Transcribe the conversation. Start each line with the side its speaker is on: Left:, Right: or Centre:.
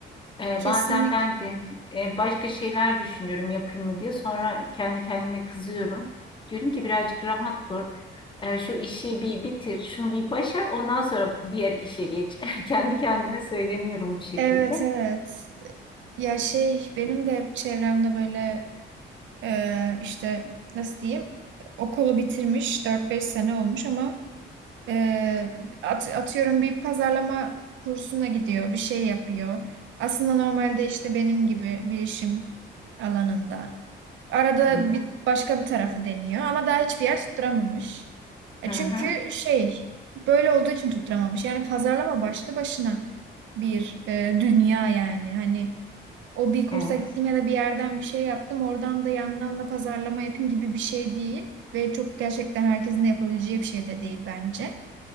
Left: Ee,
Right: kesinlikle
Left: bazen ben de e, başka şeyler düşünüyorum yapayım mı diye. Sonra kendi kendime kızıyorum. Diyorum ki birazcık rahat dur. Ee, şu işi bir bitir, şunu bir başar, ondan sonra diğer işe geç. <laughs> Kendi kendime söyleniyorum bu şekilde.
Right: evet evet. Ya şey
Left: Hı
Right: benim de hep çevremde böyle Ee, işte nasıl diyeyim okulu bitirmiş dört beş sene olmuş ama e, at- atıyorum bir pazarlama kursuna gidiyor bir şey yapıyor. Aslında normalde işte benim gibi bilişim alanında. Arada
Left: hı,
Right: bir başka bir tarafı deniyor ama daha hiçbir yer tutturamamış. E
Left: hı
Right: çünkü
Left: hı.
Right: şey böyle olduğu için tutturamamış. Yani pazarlama başlı başına bir e, dünya yani. Hani o bir kursa
Left: Evet,
Right: gittim ya da bir yerden bir şey yaptım. Oradan da yandan da pazarlama yapayım gibi bir şey değil. Ve çok gerçekten herkesin de yapabileceği bir şey de değil bence.